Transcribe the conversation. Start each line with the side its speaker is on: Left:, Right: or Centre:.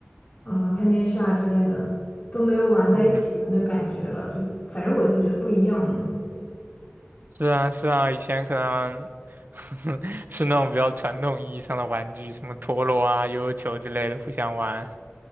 Left: 嗯，看电视啊之类的，都没有玩在一起的那个感觉了。
Right: 嗯哼，
Left: 就反正我就觉得不一样了。
Right: 是啊，是啊，以前可能 <laughs> 是那种比较传统意义上的玩具，什么陀螺啊、悠悠球之类的，互相玩。